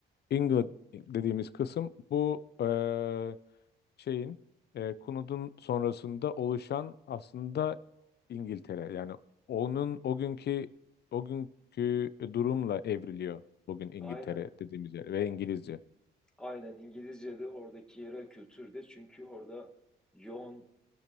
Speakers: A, on the left; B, in the centre.
A: England dediğimiz kısım bu e, şeyin e, Kunud'un sonrasında oluşan aslında İngiltere. Yani onun o günkü o günkü durumla evriliyor bugün İngiltere
B: Aynen.
A: dediğimiz yer ve İngilizce.
B: Aynen İngilizce'de oradaki yerel kültürde çünkü orada yoğun